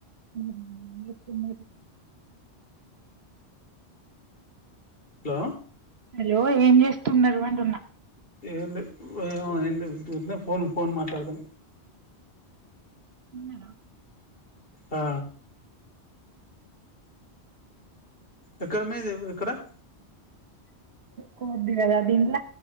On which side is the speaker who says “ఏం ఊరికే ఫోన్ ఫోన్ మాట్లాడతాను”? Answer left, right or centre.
Left